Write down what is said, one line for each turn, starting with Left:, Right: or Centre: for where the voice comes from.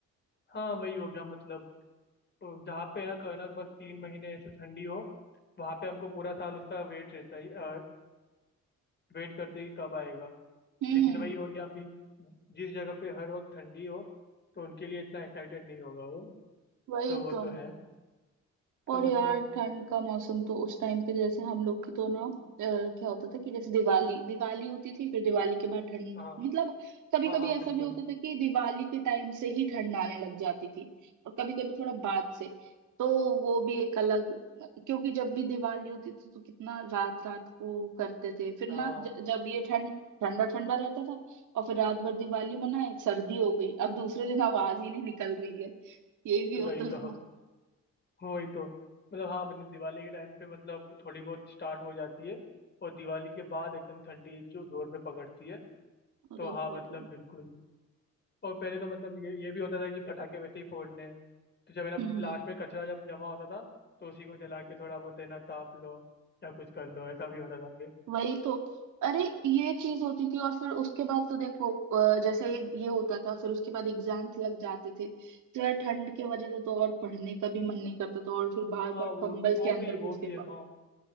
Left: हाँ वही हो गया मतलब तो जहाँ पे है ना कहना बस तीन महीने ऐसे ठंडी हो वहाँ पे हमको पूरा साल उसका वेट रहता है वेट करते कि कब आएगा
Right: हम्म
Left: लेकिन वही हो गया अभी जिस जगह पे हर वक्त ठंडी हो तो उनके लिए इतना एक्साइटेड नहीं होगा वो
Right: वही
Left: तो वो
Right: तो
Left: तो है
Right: और
Left: तो मतलब
Right: यार ठंड का मौसम तो उस टाइम पे जैसे हम लोग की तो ना अ, क्या होता था कि जैसे दिवाली दिवाली होती थी फिर दिवाली के बाद ठंड
Left: हाँ
Right: मतलब कभी
Left: हाँ
Right: कभी
Left: हाँ
Right: ऐसा
Left: बिल्कुल
Right: भी होता था कि दिवाली के टाइम से ही ठंड आने लग जाती थी और कभी कभी थोड़ा बाद से तो वो भी एक अलग क्योंकि जब भी दिवाली होती थी तो कितना रात रात को करते थे फिर
Left: हाँ
Right: ना ज, जब ये ठंड ठंडा ठंडा रहता था और फिर रात भर दिवाली मनाए सर्दी हो गई अब दूसरे दिन आवाज ही नहीं निकल रही है ये भी
Left: वही
Right: होता
Left: तो
Right: था
Left: वही तो मतलब हाँ मतलब दिवाली के टाइम पे मतलब थोड़ी बहुत स्टार्ट हो जाती है और दिवाली के बाद एकदम ठंडी जो जोर पे पकड़ती है
Right: अरे
Left: तो हाँ
Right: बहुत
Left: मतलब बिल्कुल और पहले तो मतलब ये ये भी होता था कि पटाखे वैसे ही फोड़ने हैं। तो जब है ना
Right: हम्म
Left: लास्ट में कचरा जब जमा होता था तो उसी को जला के थोड़ा बहुत है ना ताप लो या कुछ कर लो ऐसा भी होता था फिर
Right: वही तो अरे ये चीज होती थी और फिर उसके बाद तो देखो अ, जैसे ये होता था फिर उसके बाद एग्जाम्स लग जाते थे तो यार ठंड की वजह से तो और पढ़ने का भी मन नहीं करता था और फिर बार
Left: हाँ
Right: बार
Left: वो
Right: कंबल
Left: वो
Right: के
Left: भी
Right: अंदर घुस
Left: वो भी
Right: के
Left: है
Right: पड़ो
Left: हाँ